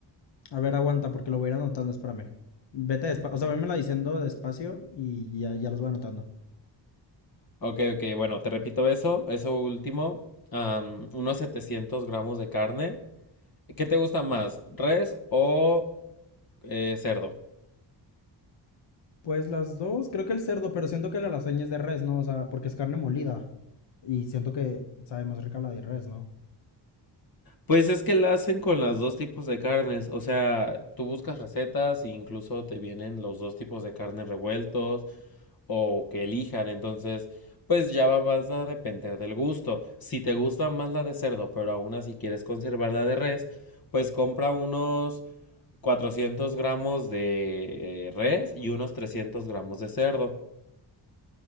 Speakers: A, on the left; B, on the left.
A: A ver, aguanta, porque lo voy a ir anotando, espérame. Vete despacio, o sea, vémela diciendo despacio y ya, ya los voy anotando.
B: Ok, ok, bueno, te repito eso, eso último. am, unos 700 gramos de carne. ¿Qué te gusta más, res o eh, cerdo?
A: Pues las dos, creo que el cerdo, pero siento que la lasaña es de res, ¿no? O sea, porque es carne molida. Y siento que sabe más rica la de res, ¿no?
B: Pues es que la hacen con los dos tipos de carnes, o sea, tú buscas recetas e incluso te vienen los dos tipos de carne revueltos o que elijan, entonces pues ya va- vas a depender del gusto. Si te gusta más la de cerdo, pero aún así quieres conservar la de res, pues compra unos 400 gramos de eh, res y unos 300 gramos de cerdo.